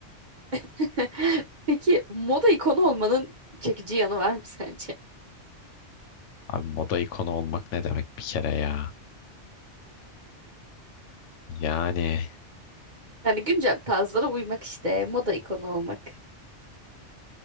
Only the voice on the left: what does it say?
Abi moda ikonu olmak ne demek bir kere ya? Yani